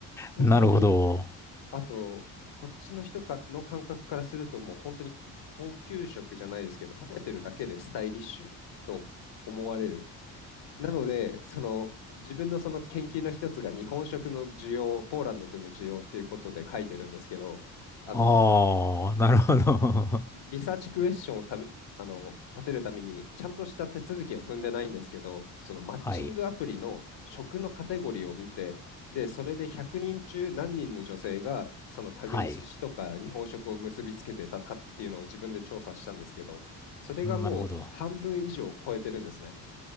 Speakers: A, on the left (about 65°); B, in the centre.
A: 本当に、
B: なるほど。
A: あと、こっちの人かの感覚からすると、もう本当に高級食じゃないですけど、食べてるだけでスタイリッシュと思われる。なので、その自分のその研究の一つが日本食の需要、ポーランドでの需要っていうことで書いてるんですけど、あの
B: ああ、なるほど。
A: リサーチクエスチョンをため、あの立てるためにちゃんとした手続きは踏んでないんですけど、そのマッチングアプリの食のカテゴリーを見て、
B: <laughs> はい。
A: で、それで100人中何人の女性がそのタグに寿司とか日本食を結びつけてたかっていうのを自分で調査したんですけど、
B: はい。
A: それがもう半分以上を超えてるんですね。
B: なるほど。